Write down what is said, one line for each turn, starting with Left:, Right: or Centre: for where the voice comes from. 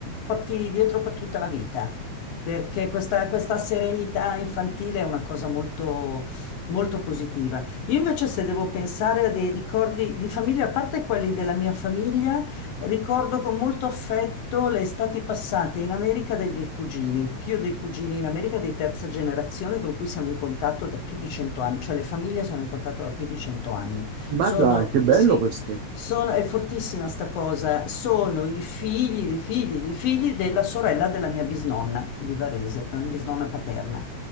Left: porti dietro per tutta la vita, perché questa, questa serenità infantile è una cosa molto, molto positiva. Io invece se devo pensare a dei ricordi di famiglia, a parte quelli della mia famiglia, Ricordo con molto affetto le estati passate in America dai miei cugini, perché io ho dei cugini in America di terza generazione con cui siamo in contatto da più di cento anni, cioè le famiglie sono in contatto da più di cento anni.
Right: Ma
Left: Sono,
Right: dai, che bello
Left: sì,
Right: questo.
Left: sono, è fortissima sta cosa, sono i figli dei figli dei figli della sorella della mia bisnonna di Varese, la mia bisnonna paterna.